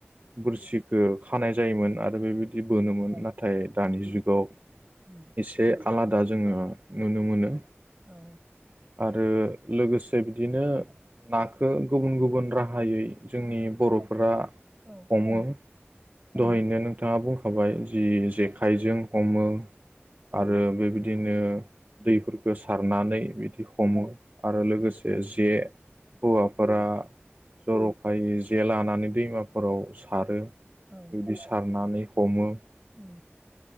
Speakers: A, on the right; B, on the right.
A: बुरसिखो खानाय जायोमोन आरो बेबायदि बोनोमोन नाथाय दानि जुगाव
B: उम
A: एसे आलादा जोङो नुनो मोनो
B: औ औ
A: आरो लोगोसे बिदिनो नाखो गुबुन गुबुन राहायै जोंनि
B: औ औ
A: बर'फोरा
B: उम उम
A: हमो दहायनो
B: उम
A: नोंथाङा बुंखाबाय जि जेखाइजों हमो आरो बेबिदिनो दैफोरखो सारनानै बि बिदि हमो आरो लोगोसे जे हौवाफोरा जर'खायै जे लानानै दैमाफोराव सारो बेबायदि
B: औ
A: सारनानै हमो
B: उम